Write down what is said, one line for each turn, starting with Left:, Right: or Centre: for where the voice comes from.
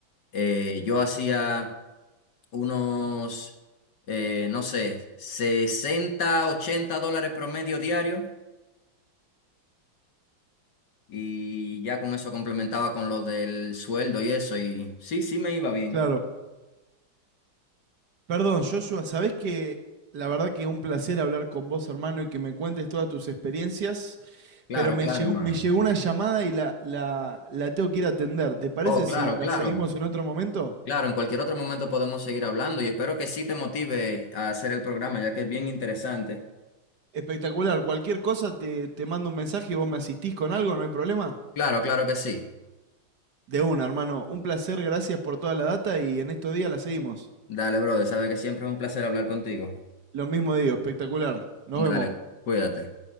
Left: Eh, yo hacía unos, eh, no sé, sesenta 80 dólares promedio diario y ya con eso complementaba con lo del sueldo y eso. Y sí, sí me iba bien.
Right: Claro. Perdón, Joshua, ¿sabés que la verdad que un placer hablar con vos, hermano, y que me cuentes todas tus experiencias?
Left: Claro,
Right: Pero me
Left: claro,
Right: llegó,
Left: hermano.
Right: me llegó una llamada y la, la, la tengo que ir a atender. ¿Te parece
Left: Oh,
Right: si
Left: claro,
Right: la
Left: claro.
Right: seguimos en otro momento?
Left: Claro, en cualquier otro momento podemos seguir hablando y espero que sí te motive a hacer el programa, ya que es bien interesante.
Right: Espectacular. Cualquier cosa te, te mando un mensaje y vos me asistís con algo, no hay problema.
Left: Claro, claro que sí.
Right: De una, hermano. Un placer, gracias por toda la data y en estos días la seguimos.
Left: Dale, brother, sabe que siempre es un placer hablar contigo.
Right: Lo mismo digo, espectacular. Nos
Left: Dale,
Right: vemos.
Left: cuídate.